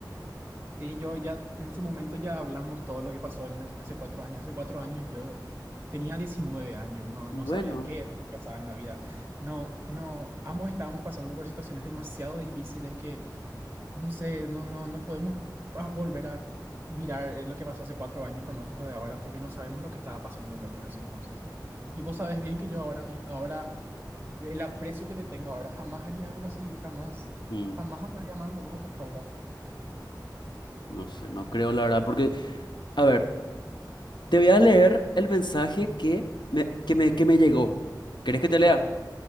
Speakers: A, on the right; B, on the left.
A: sí, yo ya en su momento ya hablamos todo lo que pasó en, en hace cuatro años, hace cuatro años yo eh, tenía 19 años, no,
B: Y
A: no
B: bueno,
A: sabía qué era lo que pasaba en la vida, no, no, ambos estábamos pasando por situaciones demasiado difíciles que, no sé, no, no, no podemos ah, volver a mirar eh, lo que pasó hace cuatro años con ojos de ahora porque no sabemos lo que estaba pasando el otro en ese entonces. Y vos sabés bien que yo ahora, mi- ahora el aprecio que te tengo ahora, jamás haría algo así, jamás,
B: mm,
A: jamás hablaría mal de vos a tu espalda.
B: no sé, no creo la verdad, porque, a ver, te voy a leer el mensaje que me, que me, que me llegó. ¿Querés que te lea?